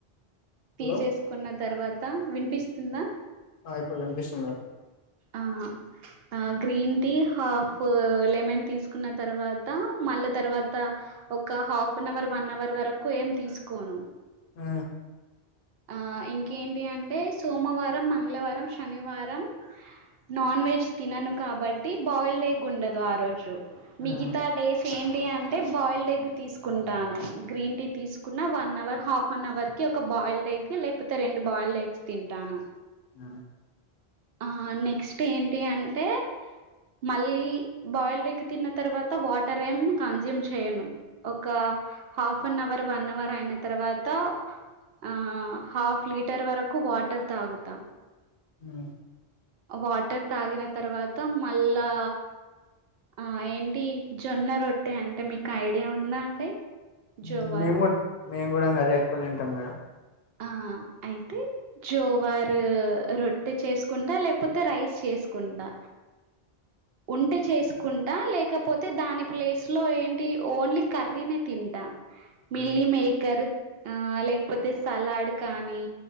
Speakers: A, on the right; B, on the left.
A: తీసేసుకున్న
B: hello
A: తర్వాత వినిపిస్తుందా
B: ఆ ఇప్పుడు వినిపిస్తుం మేడం
A: ఆ అ గ్రీన్ టీ హాఫ్ లెమన్ తీస్ కున్న తర్వాత మళ్ళీ తర్వాత తా ఒక half an hour one hour వరకు ఏం తీసుకోను
B: ఆ
A: ఆ ఇంకేంటి అంటే సోమవారం మంగళవారం శనివారం నాన్ వెజ్ తినను కాబట్టి బాయిల్డ్ అయ ఉండదు ఆ రోజు
B: మ్మ్
A: మిగితా డేస్ ఏంటి అంటే బాయిల్డ్ ఎగ్ తీసుకుంటాను. గ్రీన్ టీ తీసుకున్న, one hour half an hour కి ఒక బాయిల్డ్ ఎగ్ లేకపోతే రెండు బాయిల్డ్ ఎగ్స్ తింటాను.
B: ఆ
A: ఆ నెక్స్ట్ ఏంటి అంటే మళ్ళీ, బాయిల్డ్ ఎగ్ తిన్న తర్వాత వాటర్ ఏం కన్జ్యూమ్ చేయను, ఒక half an hour one hour అయిన తర్వాత, ఆ హాఫ్ లీటర్ వరకు వాటర్ తాగుతా.
B: అ
A: వాటర్ తాగిన తర్వాత మళ్ళా, ఆ ఏంటి జొన్న రొట్టె అంటే మీకు ఐడియా ఉందా అండి.
B: హు
A: జోవార్
B: మేం కూడ్ మేము కూడా అంగ అదే ఎక్కువ తింటాం మేడం
A: ఆ అయితే జోవారు రొట్టె చేసుకుంటా, లేకపోతే రైస్ చేసుకుంటా ఉంటె చేసుకుంటా లేకపోతే, దాని ప్లేస్ లో ఏంటి ఓన్లీ కర్రీనే తింటా. మిల్లీ
B: హ్మ్.
A: మేకర్ ఆ లేకపోతే స్ సలాడ్ కానీ